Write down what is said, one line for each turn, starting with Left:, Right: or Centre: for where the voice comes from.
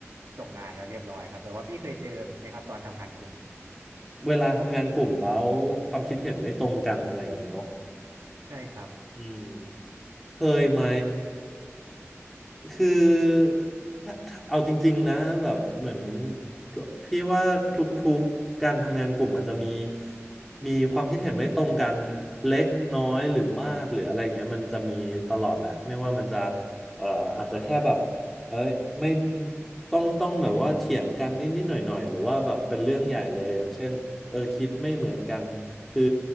Right: ส่งงานแล้วเรียบร้อยครับแต่ว่าพี่เคยเจอไหมครับตอนทำงานกลุ่ม
Centre: เวลาทำงานกลุ่มแล้วความคิดเห็นไม่ตรงกันอะไรอย่างนี้เนาะ
Right: ใช่ครับ
Centre: อืมเคยไหม คือถ้าถ้าเอาจริงๆนะแบบเหมือนพี่ว่าทุกๆการทำงานกลุ่มมันจะมีมีความคิดเห็นไม่ตรงกันเล็กน้อยหรือมากหรืออะไรอย่างเงี้ยมันจะมีตลอดแหละไม่ว่ามันจะเอ่ออาจจะแค่แบบเอ้ยไม่ต้องต้องแบบว่าเถียงกันนิดๆหน่อยๆหรือว่าแบบเป็นเรื่องใหญ่เลยอย่างเช่นเออคิดไม่เหมือนกัน คือ